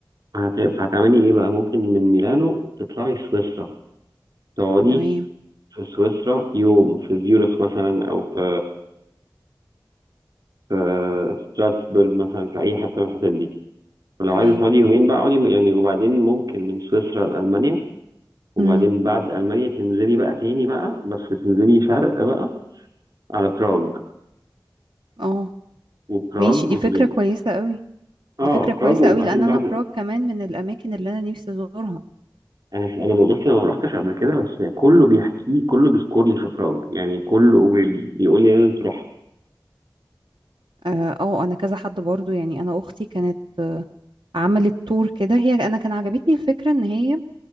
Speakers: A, on the right (about 60°); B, on the right (about 80°).
A: فهت- فهتعملي ايه بقى ممكن من ميلانو تطلعي سويسرا تقعدي
B: تمام
A: في سويسرا يوم في زيورخ مثلا او في في ستراتسبرج مثلا في اي حته من الحتت دي ولو
B: تمام
A: عايزه تقعدي يومين بقى اقعدي يعني وبعدين ممكن من سويسرا لالمانيا وبعدين
B: امم
A: بعد المانيا تنزلي بقى تاني بقى بس تنزلي شرق بقى على براغ
B: اه
A: وبراغ
B: ماشي دي
A: وتبقي
B: فكرة كويسة قوي
A: اه
B: دي فكرة كويسة
A: براغ وبعدين
B: قوي لان انا
A: بعد
B: براغ كمان من الاماكن اللي انا نفسي ازورها
A: انا انا ببص انا ما رحتش قبل كده بس كله بيحكي كله بيذكر لي في براغ يعني كله بي- بيقول لي لازم تروحها
B: اه آه، انا كذا حد برضو يعني انا اختي كانت عملت تور كده هي انا كان عجبتني الفكرة ان هي